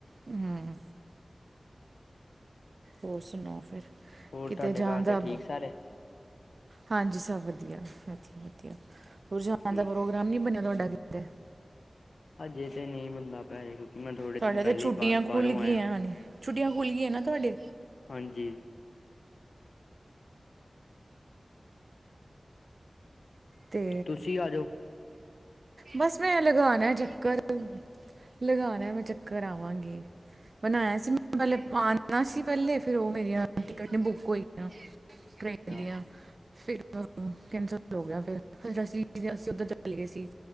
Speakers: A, on the right; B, on the left.
A: ਹੂ,,, ਹੋਰ ਸੁਣਾਓ ਫਿਰ
B: ਹੋਰ
A: ਕਿਤੇ
B: ਤੁਹਾਡੇ
A: ਜਾਣ
B: ਘਰ
A: ਦਾ
B: ਦੇ ਠੀਕ ਸਾਰੇ
A: ਹਾਂਜੀ ਸਭ ਵਧੀਆ ਵਧੀਆ ਵਧੀਆ ਹੋਰ ਜਾਨ
B: ਠੀਕ
A: ਦਾ ਪ੍ਰੋਗਰਾਮ ਨਹੀਂ ਬਣਿਆ ਤੁਹਾਡਾ ਕਿਤੇ
B: ਹਜੇ ਤੇ ਨਹੀਂ ਬੰਦਾ ਪਿਆ ਮੈਂ ਥੋੜੇ
A: ਤੁਹਾਡੇ
B: ਦਿਨ ਪਹਿਲੇ
A: ਤੇ ਛੁੱਟੀਆਂ
B: ਹੀ ਬਾ ਬਾਹਰੋਂ
A: ਖੁੱਲ ਗਈਆਂ
B: ਆਇਆ।
A: ਨੇ ਛੁੱਟੀਆਂ ਖੁੱਲ ਗਈਆਂ ਨਾ ਤੁਹਾਡੇ
B: ਹਾਂਜੀ
A: ਤੇ
B: ਤੁਸੀਂ ਆ ਜਾਓ
A: ਬਸ ਮੈਂ ਲਗਾਉਣਾ ਚੱਕਰ ਲਗਾਉਣਾ ਮੈਂ ਚੱਕਰ ਆਵਾਂਗੀ ਬਣਾਇਆ ਸੀ ਮੈਂ ਪਹਿਲੇ ਪਾਣ ਸੀ ਪਹਿਲੇ ਫਿਰ ਉਹ ਮੇਰੀਆਂ ਟਿਕਟ ਨਹੀਂ ਬੁੱਕ ਹੋਈਆਂ ਟ੍ਰੇਨ
B: ਅੱਛਾ।
A: ਦੀਆਂ ਫਿਰ ਕੈਂਸਲ ਹੋ ਗਿਆ ਫਿਰ ਅਸੀਂ ਅਸੀਂ ਉੱਧਰ ਚਲੇ ਗਏ ਸੀ।